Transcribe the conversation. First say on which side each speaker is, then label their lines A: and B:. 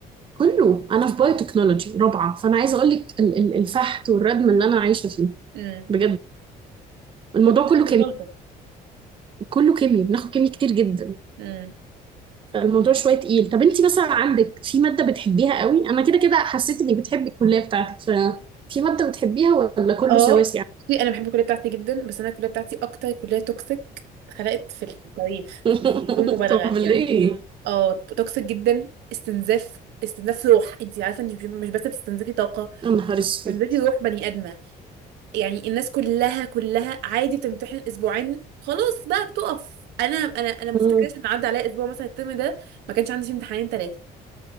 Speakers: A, on the right; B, on the right.
A: كله أنا في بايو تكنولوجي رابعة فأنا عايزة أقول لك ال- ال- الفحت والردم اللي أنا عايشة فيه
B: امم
A: بجد الموضوع
B: كله من
A: كله
B: اجل
A: كيمياء
B: البلطه
A: كله كيمياء بناخد كيمياء كتير جدا
B: إمم.
A: الموضوع شويه تقيل طب انت مثلا عندك في ماده بتحبيها قوي انا كده كده حسيت انك بتحبي الكليه بتاعتك ففي ماده بتحبيها ولا كله
B: اه
A: سواسي يعني؟
B: بصي، انا بحب الكليه بتاعتي جدا بس انا الكليه بتاعتي اكتر كليه توكسيك اتخلقت في التاريخ
A: <laughs>
B: بدون مبالغه
A: طب ليه
B: يعني اه توكسيك جدا استنزاف استنزاف روح انت عارفه انت مش بس بتستنزفي طاقه
A: يا نهار اسود
B: بتستنزفي روح بني ادمه يعني الناس كلها كلها عادي بتمتحن اسبوعين خلاص بقى بتقف انا انا انا ما
A: مم.
B: افتكرش ان عدى عليا اسبوع مثلا الترم ده ما كانش عندي فيه امتحانين ثلاثه